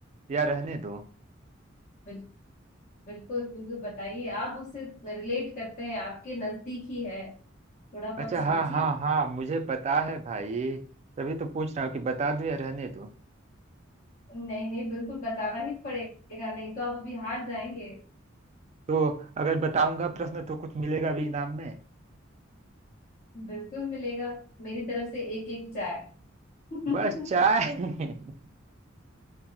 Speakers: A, on the right; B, on the left.
A: या रहने दो
B: बिल, बिल्कुल बिल्कुल बताइए आप उससे रिलेट करते हैं आपके नजदीक ही है थोड़ा बहुत
A: अच्छा हाँ
B: सोचिए
A: हाँ हाँ मुझे पता है भाई तभी तो पूछ रहा हूँ कि बता दूँ या रहने दूँ
B: नहीं नहीं बिल्कुल बताना ही पड़ेगा नहीं तो आप अभी हार जाएंगे
A: तो अगर बताऊंगा प्रश्न तो कुछ मिलेगा भी इनाम में
B: बिल्कुल मिलेगा मेरी तरफ से एक एक चाय <laughs>
A: बस चाय <laughs>